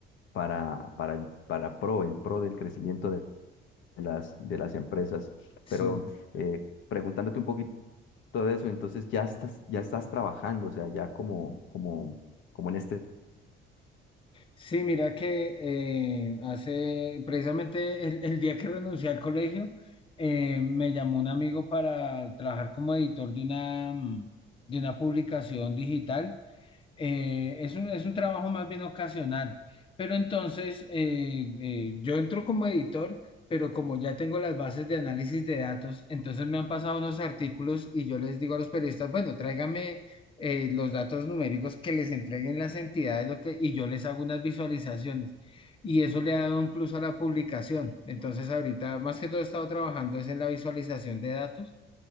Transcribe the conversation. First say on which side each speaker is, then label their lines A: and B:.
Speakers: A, on the left; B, on the left.
A: para, para, el- para pro, el pro del crecimiento de las, de las empresas.
B: Sí.
A: Pero eh, preguntándote un poquito todo eso, entonces ya estás, ya estás trabajando, o sea, ya como, como, como en este,
B: Sí, mira que eh, hace precisamente el, el día que renuncié al colegio, eh, me llamó un amigo para trabajar como editor de una, mm, de una publicación digital eh, es un, es un trabajo más bien ocasional. Pero entonces eh, eh, yo entro como editor, pero como ya tengo las bases de análisis de datos, entonces me han pasado unos artículos y yo les digo a los periodistas, bueno, tráigame eh, los datos numéricos que les entreguen las entidades lo que, y yo les hago unas visualizaciones. Y eso le ha dado un plus a la publicación. Entonces ahorita más que todo he estado trabajando es en la visualización de datos